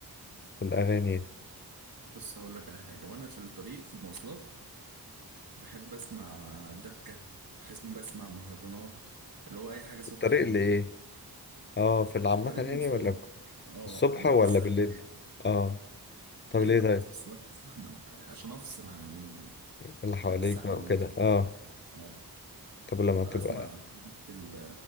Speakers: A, on the left; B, on the right.
A: في الاغاني
B: بص هقول لك على حاجه وانا في الطريق في المواصلات بحب اسمع دبكه بحس إني بسمع مهرجانات اللي هو اي حاجه صوتها
A: الطريق
B: عالي
A: اللي ايه
B: يعني
A: اه في العامة
B: الطريق
A: يعني
B: المواصلات
A: ولا
B: اه
A: الصبح
B: اللي
A: ولا
B: هو في الزحمه
A: بالليل
B: يعني
A: اه طب
B: اي
A: ليه
B: وقت
A: طيب
B: بس اللي هو في الزحمه عشان افصل عن ال...
A: إيه اللي حواليك
B: عن الزحمه
A: بقى وكده
B: اللي انا فيها
A: اه
B: اه
A: طب لما
B: فاسمع
A: تبقى
B: الحاجات ال-